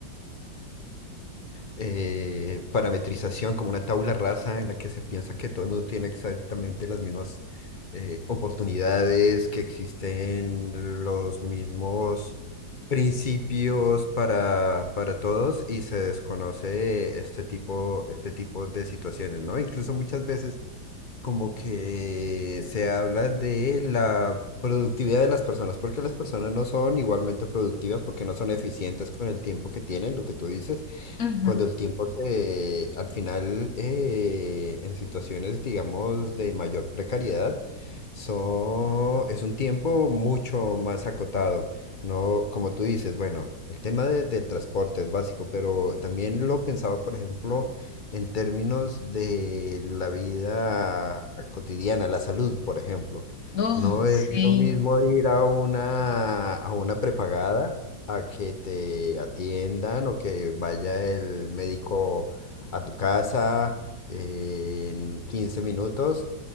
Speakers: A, on the left; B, on the left.
A: eh, parametrización como una tabla rasa en la que se piensa que todo el mundo tiene exactamente las mismas eh, oportunidades, que existen los mismos principios para, para todos y se desconoce este tipo, este tipo de situaciones, ¿no? Incluso muchas veces como que se habla de la productividad de las personas, porque las personas no son igualmente productivas, porque no son eficientes con el tiempo que tienen, lo que tú dices.
B: Ujú.
A: Cuando el tiempo se, al final, eh, en situaciones, digamos, de mayor precariedad, so- es un tiempo mucho más acotado. No, como tú dices, bueno, el tema de- del transporte es básico, pero también lo pensaba, por ejemplo, en términos de la vida cotidiana, la salud, por ejemplo.
B: Oh,
A: No
B: sí,
A: es lo mismo ir a una, a una prepagada a que te atiendan o que vaya el médico a tu casa en 15 minutos